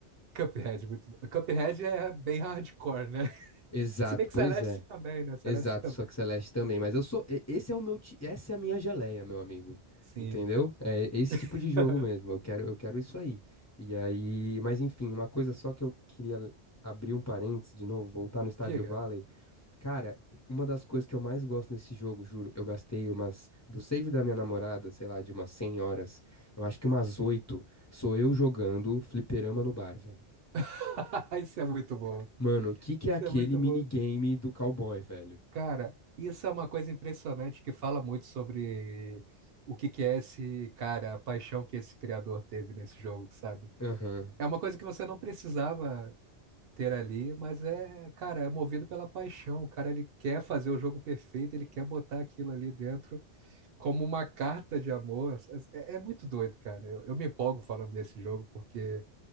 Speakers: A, on the right (about 65°); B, on the left (about 20°).
A: Cuphead, muito bom. Cuphead é bem hardcore, né? <laughs>
B: Exato,
A: Se bem que
B: pois
A: Celeste
B: é.
A: também, né? Celeste
B: Exato,
A: também.
B: só que Celeste também. Mas eu sou. e- Esse é o meu. ti- Essa é a minha geleia, meu amigo.
A: Sim.
B: Entendeu? É esse tipo
A: <laughs>
B: de jogo mesmo. Eu quero, eu quero isso aí. E aí. Mas enfim, uma coisa só que eu queria abrir um parênteses de novo, voltar no Stardew
A: Diga.
B: Valley. Cara, uma das coisas que eu mais gosto nesse jogo, juro, eu gastei umas, do save da minha namorada, sei lá, de umas 100 horas, eu acho que umas 8 sou eu jogando fliperama no bar, velho.
A: <laughs> Isso é muito bom.
B: Mano, o que que é
A: Isso
B: aquele
A: é muito
B: minigame
A: bom.
B: do cowboy, velho?
A: Cara, isso é uma coisa impressionante que fala muito sobre o que que é esse cara, a paixão que esse criador teve nesse jogo, sabe?
B: Aham,
A: É uma coisa que você não precisava ter ali, mas é, cara, é movido pela paixão. O cara ele quer fazer o jogo perfeito, ele quer botar aquilo ali dentro como uma carta de amor. É, é muito doido, cara. Eu, eu me empolgo falando desse jogo porque